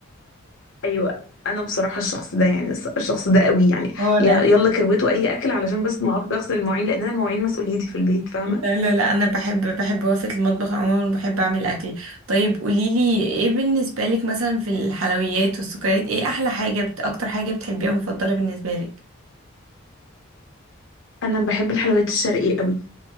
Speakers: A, on the left; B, on the right.
A: ايوه انا بصراحه الشخص ده يعني الس- الشخص ده قوي يعني
B: واضح
A: يا- يلا كروته اي اكل علشان بس ما اقف اغسل المواعين لان انا المواعين مسؤوليتي في البيت فاهمه
B: لا لا لا انا بحب بحب وقفة المطبخ عموما بحب اعمل اكل طيب قوليلي ايه بالنسبة لك مثلا في الحلويات والسكريات ايه احلى حاجة بت... اكتر حاجة بتحبيها مفضلة بالنسبة لك
A: انا بحب الحلويات الشرقيه قوي